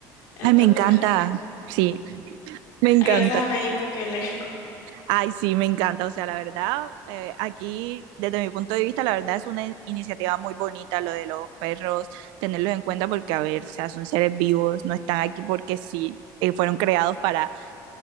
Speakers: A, on the left (about 75°); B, on the right (about 75°).
A: entonces,
B: ay, me encanta, sí, me encanta.
A: gracias a Nayib Bukele.
B: Ay, sí, me encanta, o sea, la verdad, eh, aquí, desde mi punto de vista, la verdad es una in- iniciativa muy bonita lo de los perros, tenerlos en cuenta porque, a ver, o sea, son seres vivos, no están aquí porque sí, eh, fueron creados para